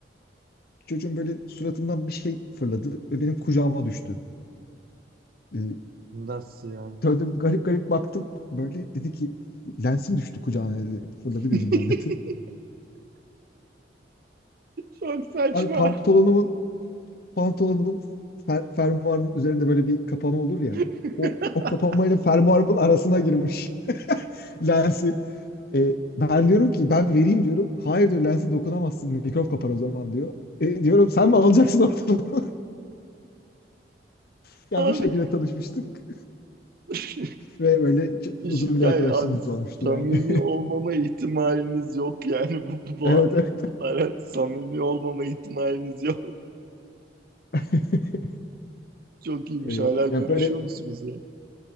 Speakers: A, on the left; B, on the right.
A: çocuğun böyle suratından bir şey fırladı ve benim kucağıma düştü. Ee,
B: Nasıl yani?
A: şöyle garip garip baktım böyle dedi ki lensim düştü kucağına dedi. Fırladı gözümden
B: <laughs>
A: dedi.
B: Çok saçma.
A: Abi pantolonumun pantolonumun fer- fermuarının üzerinde böyle bir kapama olur ya.
B: <laughs>
A: O, o kapamayla fermuarımın arasına girmiş <laughs> lensi. E, ben diyorum ki ben vereyim diyorum. Hayır diyor lense dokunamazsın mikrop kapar o zaman diyor. E, diyorum sen mi alacaksın ortalığı? <laughs> yani
B: Abi
A: bu şekilde tanışmıştık
B: <laughs>
A: ve böyle
B: müthiş
A: uzun
B: hikaye
A: bir arkadaşlığımız
B: abi.
A: olmuştu
B: Samimi
A: yani.
B: olmama ihtimaliniz yok yani bu, bu
A: <laughs> Evet.
B: andan
A: evet.
B: itibaren samimi olmama ihtimaliniz yok.
A: <laughs>
B: Çok iyiymiş.
A: E,
B: Hala görüşüyor
A: ya böyle
B: musunuz ya?